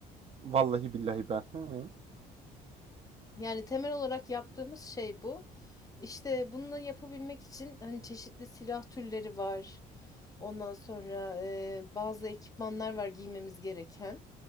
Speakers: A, on the right; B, on the left.
A: Vallahi billahi ben. Hı hı.
B: Yani temel olarak yaptığımız şey bu. İşte bunu yapabilmek için hani çeşitli silah türleri var. Ondan sonra e, bazı ekipmanlar var giymemiz gereken.